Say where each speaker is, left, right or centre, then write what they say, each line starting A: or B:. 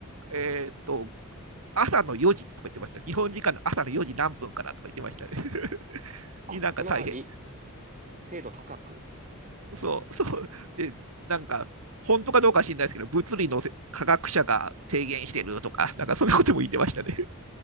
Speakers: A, on the right; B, on the right.
A: えーっと朝の4時とか言ってました。日本時間の朝の4時何分からとか言ってましたね。<laughs>
B: あ、
A: になんか大変。
B: その、り、精度高く。
A: そうそうでなんか本当かどうか知らないですけど、物理の科学者が提言してるとか、なんかそんなことも言ってましたね。